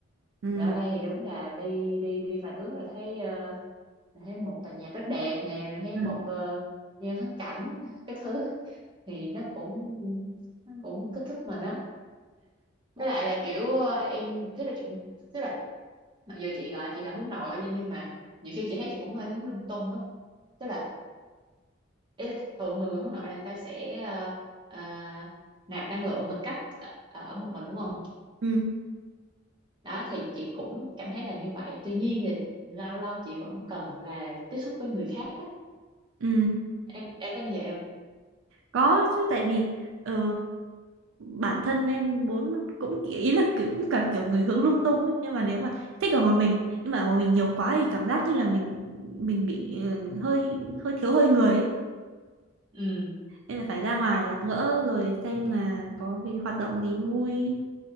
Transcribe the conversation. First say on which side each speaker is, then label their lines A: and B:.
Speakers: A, on the right (about 70°); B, on the right (about 25°).
A: ừ.
B: Vì ở đây thì đúng là đi đi đi vài bước là thấy ờ, là thấy một tòa nhà rất đẹp nè rồi thấy
A: Ừ.
B: một ờ, nhà thắng cảnh cái thứ thì nó cũng nó cũng kích thích mình á với lại là kiểu ờ, em tức là tức là mặc dù chị gọi chị là hướng nội nha, nhưng mà nhiều khi chị thấy chị cũng hơi hướng lung tung á tức là ý là thường thường người hướng nội là người ta sẽ ờ, ờ, nạp năng lượng bằng cách ở, ở một mình đúng không
A: Ừ.
B: đó thì chị cũng cảm thấy là như vậy tuy nhiên thì lâu lâu chị vẫn cần là tiếp xúc với người khác á
A: Ừ.
B: em, em có như vậy không
A: có chứ tại vì ờ, bản thân em muốn cũng ý là kiểu- cũng cả kiểu người hướng lung tung ấy nhưng mà nếu mà thích ở một mình nhưng mà ở một mình nhiều quá thì cảm giác như là mình mình bị ừ, hơi hơi thiếu hơi người ấy.
B: ừ
A: Nên là phải ra ngoài gặp gỡ rồi xem là có cái hoạt động gì vui vui